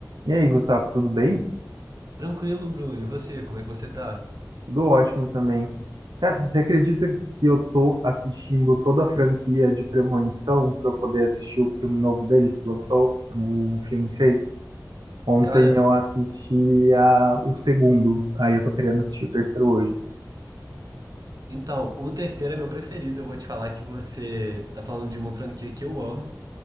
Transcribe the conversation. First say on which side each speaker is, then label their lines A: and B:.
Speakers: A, on the right; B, on the right.
A: E aí, Gustavo, tudo bem?
B: Tranquilo, Bruno. E você, como é que você tá?
A: Tudo ótimo também. Cara, você acredita que eu tô assistindo toda a franquia de Premonição para eu poder assistir o filme novo deles que lançou, o filme 6? Ontem
B: Cara,
A: eu assisti a, o segundo, aí eu tô querendo assistir o terceiro hoje.
B: então, o terceiro é meu preferido. Eu vou te falar que você tá falando de uma franquia que eu amo.